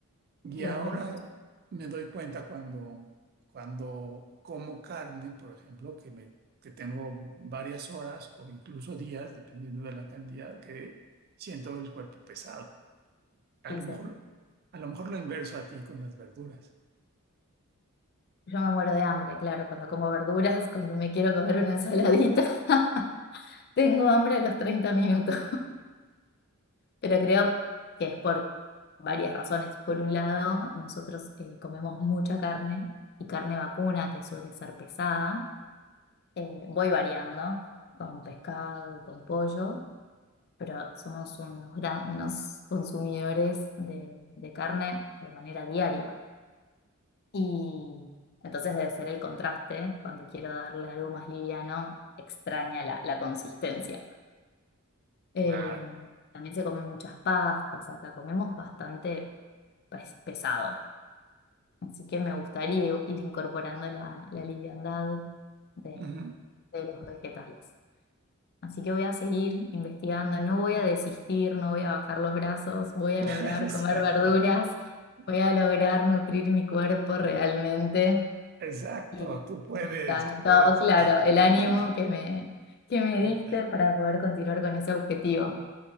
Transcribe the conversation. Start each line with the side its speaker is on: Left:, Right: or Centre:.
Right: y
Left: lo,
Right: ahora
Left: lo escucho.
Right: me doy cuenta cuando, cuando como carne, por ejemplo, que me, que tengo varias horas o incluso días, dependiendo de la cantidad, que siento el cuerpo pesado. a
Left: Dicen,
Right: lo mejor, a lo mejor lo inverso a ti con las verduras.
Left: yo me muero de hambre, claro, cuando como verduras, cuando me quiero comer una ensaladita, <laughs> tengo hambre a los 30 minutos. Pero creo que es por varias razones. Por un lado, nosotros eh, comemos mucha carne y carne vacuna, que suele ser pesada. Eh, voy variando con pescado y con pollo, pero somos unos, gran- unos consumidores de, de carne de manera diaria. Y entonces debe ser el contraste, cuando quiero darle algo más liviano, extraña la, la consistencia. Eh,
Right: Claro.
Left: también se comen muchas pastas acá, comemos bastante pes- pesado. Así que me gustaría i- ir incorporando la, la liviandad de,
Right: Ujú.
Left: de los vegetales. Así que voy a seguir investigando, no voy a desistir, no voy a bajar los brazos, voy a
Right: <laughs>
Left: lograr
Right: Exacto.
Left: comer verduras, voy
Right: <laughs>
Left: a lograr nutrir mi cuerpo realmente.
Right: Exacto,
Left: Y
Right: tú puedes,
Left: me encantó,
Right: tú puedes.
Left: claro, el
Right: <laughs>
Left: ánimo que me, que me diste
Right: Ve.
Left: para poder continuar con ese objetivo.